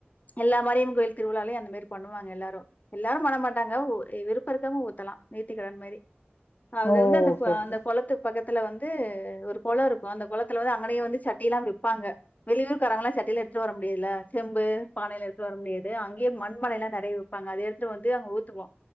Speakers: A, on the left (about 40°); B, on the left (about 70°).
A: எல்லா மாரியம்மன் கோயில் திருவிழாலையு அந்த மேரி பண்ணுவாங்க எல்லாரு எல்லாரும் பண்ண மாட்டாங்க ஒ எ விருப்ப இருக்கவங்க ஊத்தலா நேத்திக்கடன் மாரி அது
B: ஓ!
A: வந்து அந்த
B: ஓகே,
A: ப
B: ஓகே.
A: அந்த கொளத்துக் பக்கத்துல வந் து ஒரு கொளோ இருக்கு அந்த கொளத்துல வந்து அங்கனையே வந்து சட்டில்லா விப்பாங்க வெளியூர் காரங்களா சட்டில்லா எடுத்துட்டு வர மு டியால செம்பு பானைலா எடுத்துட்டு வர முடியாது அங்கேயே மண்பானைலா நெறைய விப்பாங்க அத எடுத்துட்டு வந்து அங்க ஊத்துவோ